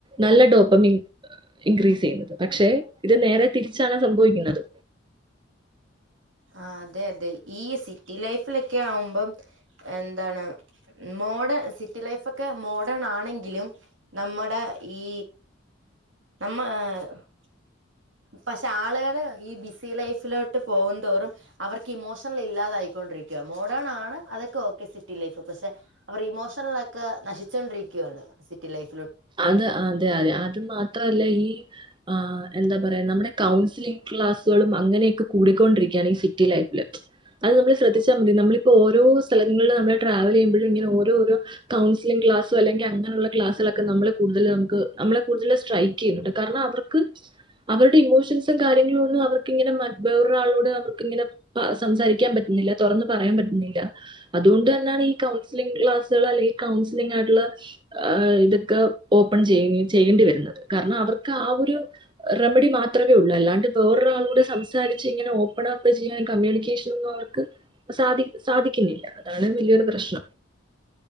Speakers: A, on the right (about 25°); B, on the right (about 70°).
A: നല്ല ഡോപ്പമിൻ ഇൻക്രീസ് ചെയ്യുന്നത് പക്ഷെ ഇത് നേരെ തിരിച്ചാണ് സംഭവിക്കുന്നത്
B: ആ അതെ അതെ ഈ സിറ്റി ലൈഫിലൊക്കെ ആവുമ്പം എന്താണ് മോഡേൺ സിറ്റി ലൈഫൊക്കെ മോഡേൺ ആണെങ്കിലും നമ്മുടെ ഈ നമ്മ <unintelligible> പക്ഷെ ആളുകള് ഈ ബിസി ലൈഫിലോട്ട് പോകു <unintelligible> തോറും അവർക്ക് ഇമോഷ് <unintelligible> <unintelligible> ഇല്ലാതായിക്കൊണ്ടിരിക്കുവ മോ <unintelligible> ആണ് ആണ് അതൊക്കെ ഓക്കെ സിറ്റി ലൈഫ് പക്ഷെ അവർ ഇമോഷണലൊക്കെ നശിച്ചൊണ്ടിരിക്കുവാണ് സിറ്റി ലൈഫ്
A: അത് അതെ അതെ അത് മാത്രല്ല ഈ ആ് എന്താ പറയാ നമ്മുടെ കൗൺസിലിംഗ് ക്ലാസ്സുകളും അങ്ങനെയൊക്കെ കൂടിക്കൊണ്ടിരിക്കുകയാണ് ഈ സിറ്റി ലൈഫില് അത് നമ്മള് ശ്രദ്ധിച്ചാൽ മതി നമള് ഇപ്പോ ഓരോ സ്ഥലങ്ങളിൽ നമ്മള് ട്രാവൽ ചെയ്യുമ്പഴും ഇങ്ങനെ ഓരോ ഓരോ കൗൺസിലിംഗ് ക്ലാസ്സോ അല്ലെങ്കി അങ്ങനെയുള്ള ക്ലാസ്സുകളൊക്കെ നമ്മളെ കൂടുതൽ നമുക്ക് നമ്മളെ കൂടുതൽ സ്ട്രൈക്ക് ചെയ്യും കാരണം അവർക്ക് അവരുടെ ഇമോഷൻസും കാര്യങ്ങളും ഒന്നും അവർക്കിങ്ങനെ മ വേറൊരാളോട് അവർക്കിങ്ങനെ സംസാരിക്കാൻ പറ്റുന്നില്ല തുറന്നു പറയാൻ പറ്റുന്നില്ല അതുകൊണ്ടുതന്നെയാണ് ഈ കൗൺസിലിംഗ് ക്ലാസുകൾ അല്ലെങ്കിൽ കൗൺസിലിംഗ് ആയിട്ടുള്ള ആ <unintelligible> <unintelligible> ഓപ്പൺ ചെയ്യും <unintelligible> ചെയ്യേണ്ടി വരുന്നത് കാരണം അവർക്ക് ആ ഒരു റെമഡി മാത്രമേ ഉള്ളൂ അല്ലാണ്ട് വേറൊരാളോട് സംസാരിച്ച് ഇങ്ങനെ ഓപ്പൺ ആക്കുകയോ ചെയ്യാം കമ്മ്യൂണിക്കേഷൻ ഒന്നും അവർക്ക് സാധി സാധിക്കുന്നില്ല അതാണ് വലിയൊരു പ്രശ്നം.